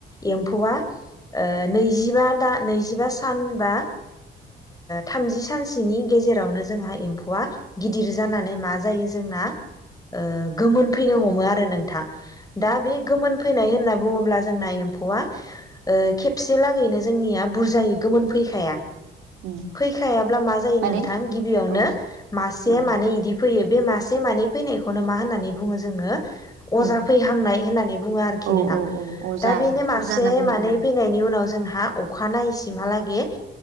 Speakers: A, on the left (about 20°); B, on the right (about 85°).
A: एमफौ। फौवा। ओ नैजिबा दा नैजिबा सान बा थामजि सानसोनि गेजेरावनो जोंहा एम्फौआ गिदिर जानानै मा जायो जोंना ओ गोमोनफैनो हमो आरो। आरो नोंथां। दा बे गोमोन फैनाय होननानै। बुङोब्ला जोंना एम्फौआ। ओ खेबसे लागैनो जोंनिया बुरजायै गोमोन फैखाया
B: उम
A: फैखायाब्ला मा जायो नोंथां
B: माने
A: गिबियावनो
B: औ
A: मासे
B: औ
A: मानै इदि फैयो बे मासे मानै फैनायखौनो मा होननानै बुङो जोङो
B: औ
A: अजा फैहांनाय होननानै। बुङो आरोखि
B: औ
A: नों आं
B: औ औ अजा
A: दा बेनो मासे
B: अजा होनना बुङो
A: मानै
B: उम
A: फैनायनि उनाव जोंहा अखानायहैयसिम हालागै